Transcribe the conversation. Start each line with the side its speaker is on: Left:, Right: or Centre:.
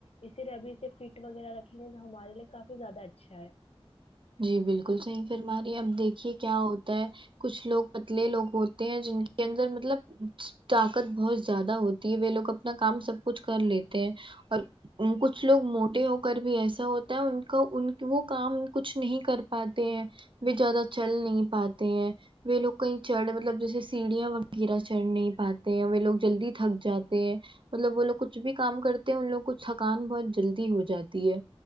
Left: اسی لیے ابھی سے فٹ وغیرہ رکھیں گے تو ہمارے لیے کافی زیادہ اچھا ہے
Right: جی بالکل صحیح فرما رہی ہے اب دیکھیے کیا ہوتا ہے کچھ لوگ پتلے لوگ ہوتے ہیں جن کے اندر مطلب طاقت بہت زیادہ ہوتی ہے وہ لوگ اپنا کام سب کچھ کر لیتے ہیں اور کچھ لوگ موٹے ہو کر بھی ایسا ہوتا ہے ان کا ان وہ کام کچھ نہیں کر پاتے ہیں وہ زیادہ چل نہیں پاتے ہیں وہ لوگ کہیں چڑھ مطلب جیسے سیڑھیاں وغیرہ چڑھ نہیں پاتے ہیں وہ لوگ جلدی تھک جاتے ہیں مطلب وہ لوگ کچھ بھی کام کرتے ہیں ان لوگ کو تھکان بہت جلدی ہو جاتی ہے